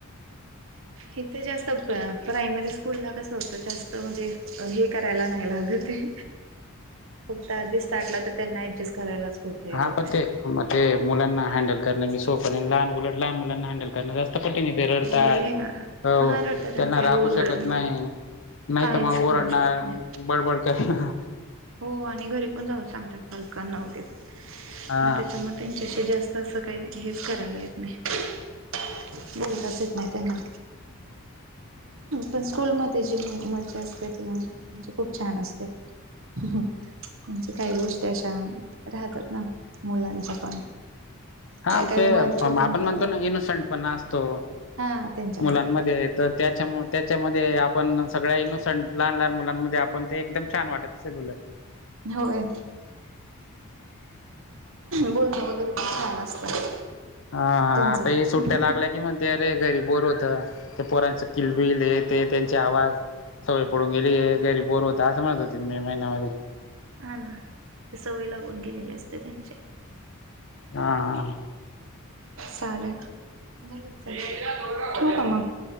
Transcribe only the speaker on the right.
हेथ जास्त प्रायमरी स्कूल ला कसं होतं जास्त म्हणजे हे करायला नाही लागतय
फक्त आधी स्टार्टला तर त्यांना ऍडजस्ट करायलाच खूप हे
होतय
लय
हा रडतात
आणि काही
ओरडत
काहीच
करू
शकत नाही.
हो आणि घरी पण जाऊ सांगतात पालकांना वगैरे
मग त्याच्यामध्ये त्यांच्याशी जास्त असं काही हेच करायला येत नाही. बोलताच येत नाही त्यांना. पण स्कूलमध्ये जी मज्जा असते ती म्हणजे खूप छान असते म्हणजे काही गोष्टी अशा राहतात ना मुलांच्या पण
काय काय
मु छोटे
मुलं
तर
हा त्यांच्यामध्ये
होय. बोलणं वगैरे पण छान असतं.
त्यांचं
हा ना ते सवय लागून गेलेली असते त्यांची.
चालेल झालेच आहे. ठेऊ का मग?